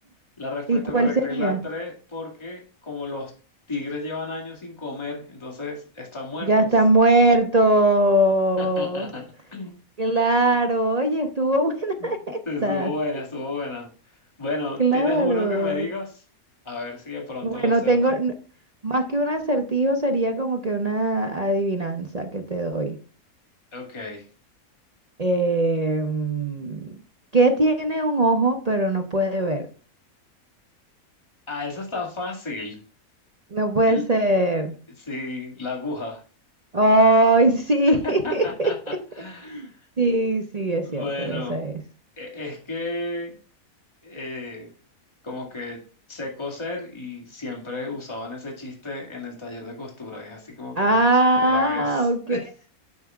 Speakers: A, on the left (about 20°); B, on the right (about 40°).
A: La respuesta
B: ¿Y cuál
A: correcta
B: sería?
A: es la 3 porque como los tigres llevan años sin comer, entonces están muertos.
B: Ya está muerto.
A: <laughs>
B: Claro, oye, estuvo <laughs> buena
A: Mm.
B: esa.
A: Estuvo buena, estuvo buena. Bueno,
B: Claro.
A: ¿tienes uno que me digas? A ver si de pronto
B: Bueno,
A: lo acierto.
B: tengo n- más que un acertijo, sería como que una adivinanza que te doy.
A: Ok.
B: Em, ¿qué tiene un ojo pero no puede ver?
A: Ah, eso está fácil.
B: No puede
A: L-
B: ser.
A: sí, la aguja.
B: Ay, sí.
A: <laughs>
B: <laughs> Sí, sí, es
A: Bueno,
B: cierto, esa es.
A: e- es que eh, como que sé coser y siempre usaban ese chiste en el taller de costura. Y es así como que,
B: Ah,
A: ay, sí, otra vez.
B: ok.
A: <laughs>